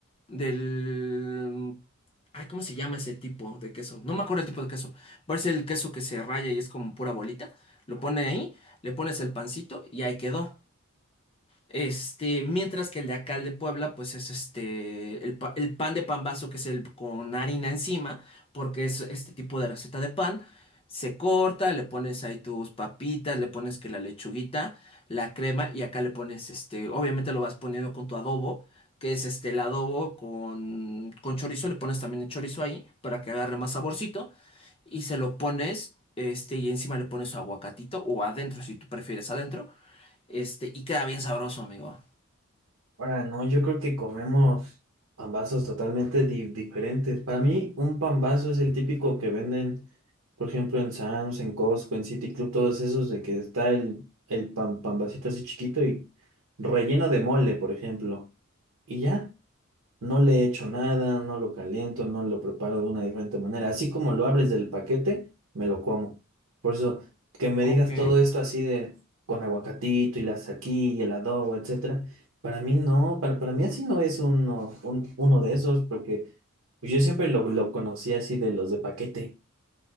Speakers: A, on the left; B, on the right.
A: del... Ay, ¿cómo se llama ese tipo de queso? No me acuerdo el tipo de queso, parece el queso que se raya y es como pura bolita, lo pone ahí, le pones el pancito y ahí quedó. Este, mientras que el de acá, el de Puebla, pues es este, el, pa- el pan de pambazo, que es el con harina encima, porque es este tipo de receta de pan. Se corta, le pones ahí tus papitas, le pones que la lechuguita, la crema, y acá le pones este, obviamente lo vas poniendo con tu adobo, que es este, el adobo con, con chorizo, le pones también el chorizo ahí, para que agarre más saborcito, y se lo pones, este, y encima le pones su aguacatito, o adentro, si tú prefieres adentro. Este, y queda bien sabroso, amigo.
B: Ahora, no, yo creo que comemos pambazos totalmente di- diferentes. Para mí, un pambazo es el típico que venden, por ejemplo, en Sam's, en Costco, en City Club, todos esos de que está el, el pan, pambacito así chiquito y relleno de mole, por ejemplo. Y ya. No le echo nada, no lo caliento, no lo preparo de una diferente manera. Así como lo abres del paquete, me lo como. Por eso, que me
A: Ok,
B: digas todo esto así de con aguacatito y la saquí y el adobo, etcétera. Para mí no, para, para mí así no es uno, un- uno de esos, porque pues, yo siempre lo, lo conocí así de los de paquete.